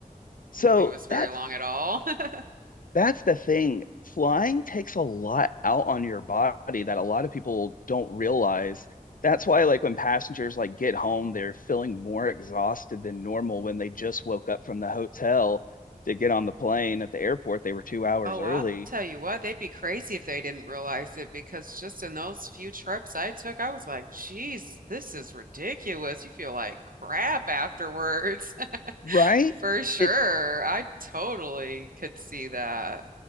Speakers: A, on the left; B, on the right.
A: So
B: I don't think it was very
A: that's
B: long at all. <laughs>
A: that's the thing. Flying takes a lot out on your body that a lot of people don't realize. That's why like when passengers like get home, they're feeling more exhausted than normal when they just woke up from the hotel to get on the plane at the airport. They were two hours
B: Oh,
A: early,
B: well, I'll tell you what, they'd be crazy if they didn't realize it because just in those few trips I took, I was like, geez, this is ridiculous. You feel like crap afterwards. <laughs>
A: right?
B: For sure.
A: It's
B: I totally could see that.